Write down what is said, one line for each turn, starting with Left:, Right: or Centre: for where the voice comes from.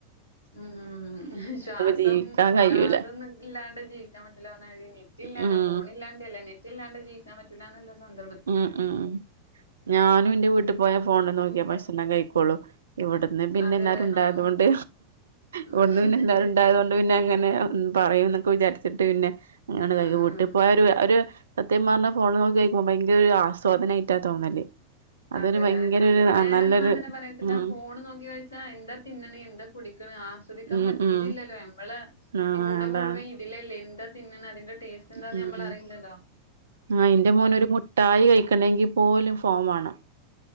Left: ഉം ശ്വാസം
Right: ജീവിക്കാൻ കഴിയൂല
Left: ശ്വാസംനി‌ക്കില്ലാണ്ട് ജീവിക്കാൻ പറ്റില്ല പറഞ്ഞമാതിരി തന്നേണ് നെറ്റില്ലാണ്
Right: ഉം
Left: ഫോണില്ലാണ്ടല്ല നെറ്റ് ഇല്ലാണ്ട് ജീവിക്കാൻ പറ്റില്ലാന്നുള്ള സന്ദർഭത്തേക്ക്
Right: ഉം
Left: എത്തീക്കുണു
Right: ഉം ഞാനും എന്റെ വീട്ടി പോയ ഫോണില് നോക്കിയ
Left: എല്ലാരും
Right: ഭക്ഷണം കഴിക്കോള്ളു ഇവിടുന്ന് പിന്നെ
Left: അതെല്ലേ
Right: എല്ലാരും ഉണ്ടായത്കൊണ്ട്
Left: ആഹ്
Right: ഇവിടുന്ന്
Left: ആഹ്
Right: പിന്നെ
Left: ശരി
Right: എല്ലാരും ഇണ്ടായതോ ണ്ട് പിന്നെങ്ങനെ പറയും എന്നൊക്കെ വിചാരിച്ചിട്ട് പിന്നെ അങ്ങനെതായി
Left: ആഹ്
Right: വീട്ടീ
Left: ആഹ്
Right: പോയ ഒര് ഒരു സത്യം പറഞ്ഞാ ഫോണില് നോക്കി കഴക്കുമ്പ ഭയങ്കര ഒരു ആസ്വാദനായിട്ടാ തോന്നല് അതൊരു
Left: അതെല്ലേ
Right: ഭയങ്കര
Left: ശരി
Right: ഒരു
Left: ഇവിടേന്ന്
Right: നല്ലൊരു
Left: അങ്ങനെ പറയച്ചിട്ടാ
Right: ഉം
Left: ഫോണ് നോക്കി കഴി എന്താ തിന്നണെ എന്താ കുടിക്കണെ ആസ്വദിക്കാൻ
Right: ഉം
Left: പറ്റണില്ലല്ലോ
Right: ഉം
Left: നമ്മളെ
Right: ആഹ്
Left: ചിന്ത
Right: അതാണ്
Left: മുഴുവൻ ഇതിലല്ലേ എന്താ തിന്നണെ അതിന്റെ ടേസ്റ്റ് എന്താന്ന്
Right: ഉം
Left: നമ്മള് അറിയില്ലല്ലോ
Right: ആഹ് അന്റെ മോനൊരു മുട്ടായി കഴിക്കണങ്കി പോലും ഫോൺവേണം